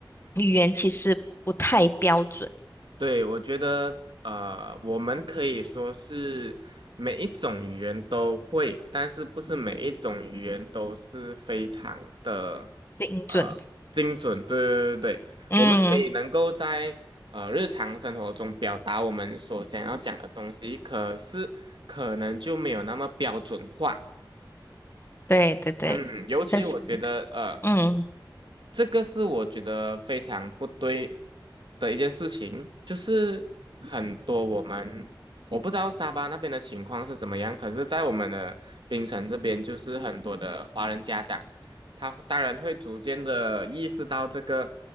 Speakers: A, on the left (about 30°); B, on the right (about 80°).
A: 语言其实不太标准。
B: 对，我觉得呃，我们可以说是每一种语言都会，但是不是每一种语言都是非常的
A: 精准，
B: 呃精准。对对对对，
A: 嗯，
B: 我们可以能够在呃日常生活中表达我们所想要讲的东西，可是可能就没有那么标准化。
A: 对对对，
B: 嗯，尤其我觉得，
A: 可是，
B: 呃，
A: 嗯
B: 这个是我觉得非常不对的一件事情，就是很多我们我不知道沙巴那边的情况是怎么样，可是，在我们的槟城这边，就是很多的华人家长，他当然会逐渐的意识到这个